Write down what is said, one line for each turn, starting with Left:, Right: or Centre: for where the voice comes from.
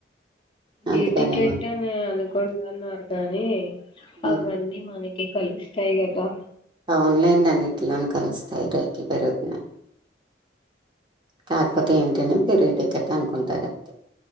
Left: ఫ్రీ
Right: అందుకనేమో
Left: టికెట్ అని అనుకుంటున్నారు కానీ
Right: హ్మ్.
Left: అవన్నీ మనకి కలిస్తస్తా కదా
Right: అవున్లైండి అన్నింటిలో కలుస్తాయి రేట్లు పెరుగుతున్నాయి కాకపోతే ఏంటనే ఫ్రీ టికెట్ అనుకుంటారు అంతే